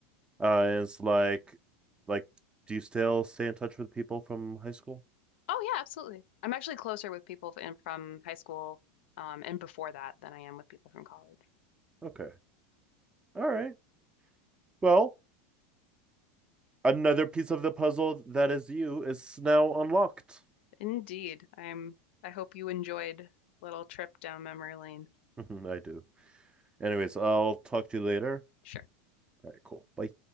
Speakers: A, on the right; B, on the left.
A: Uh, and it's like, like, do you still stay in touch with people from high school?
B: Oh yeah, absolutely. I'm actually closer with people in, from high school um, and before that than I am with people from college.
A: Okay, all right. Well, another piece of the puzzle that is you is now unlocked.
B: Indeed, I'm. I hope you enjoyed little trip down memory lane.
A: <laughs> I do. Anyways, I'll talk to you later.
B: Sure.
A: All right, cool. Bye.